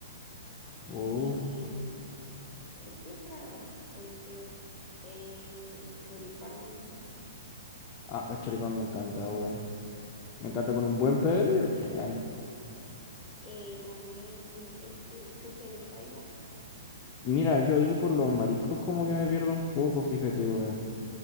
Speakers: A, on the left (about 20°); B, in the centre.
A: Uh,
B: Y ¿qué otra puede ser? Eh, el choripán.
A: ah, el choripán me encanta, weón. Me encanta con un buen pebre, genial.
B: eh, también este chupe de jaiba.
A: Mira, yo ahí por los mariscos como que me pierdo un poco, fíjate, weón.